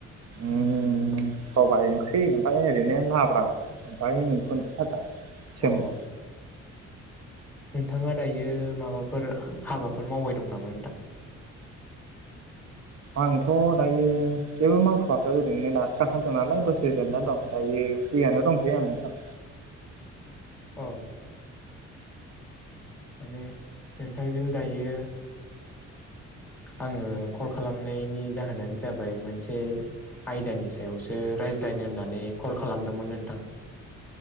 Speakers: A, on the right; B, in the centre.
A: ओम
B: औ
A: सबाय ओंख्रि <unintelligible> ओमफाय ओरैनो लाब्रा ओमफाय मैखुन फाजा सोमोन
B: अ नोंथाङा दायो माबाफोर हाबाफोर मावबाय दं नामा नोंथां?
A: आंथ' दायो जेबो मावथ'वाखै ओरैनो दासो जाखांदों नालाय दसे जिरायना दं दायो फ्रियानो दंथ'यो आं नोंथां।
B: औ माने नोंथांजों दायो आङो कल खालामनायनि जाहोनानो जाबाय मोनसे आयदानि सायावसो रायज्लायनो होननानै कल खालामदोंमोन नोंथां